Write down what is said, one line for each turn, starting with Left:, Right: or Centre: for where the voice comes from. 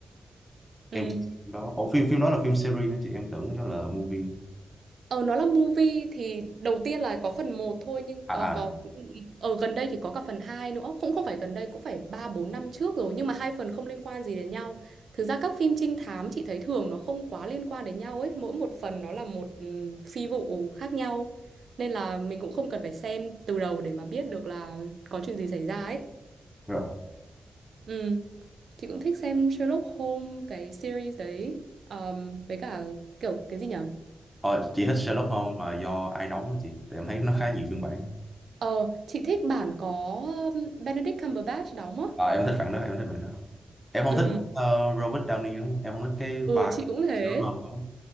Right: Ừ.
Centre: em chưa xem phim đó ủa phim phim đó là phim series hả chị em tưởng đó là movie
Right: Ờ nó là movie thì đầu tiên là có phần một thôi nhưng
Centre: à
Right: có có
Centre: à rồi
Right: ở gần đây thì có cả phần 2 nữa. Cũng không phải gần đây cũng phải 3 4 năm trước rồi nhưng mà hai phần không liên quan gì đến nhau. Thực ra các phim trinh thám chị thấy thường nó không quá liên quan đến nhau ấy, mỗi một phần nó là một ừm, phi vụ khác nhau. Nên là mình cũng không cần phải xem từ đầu để mà biết được là có chuyện gì xảy ra ấy.
Centre: Rồi.
Right: Ừ, chị cũng thích xem Sherlock Holmes cái series đấy. Ờm, với cả kiểu cái gì nhỉ?
Centre: ờ, chị thích Sherlock Holmes mà do ai đóng hả chị tại em thấy nó khá nhiều phiên bản
Right: Ờ, chị thích bản có um, Benedict Cumberbatch đóng á.
Centre: à, em thích bản đó em thích bản đó em không
Right: Ừ,
Centre: thích ờ, Robert Downey lắm em không thích cái vai
Right: ừ chị cũng thế.
Centre: Sherlock Holmes đó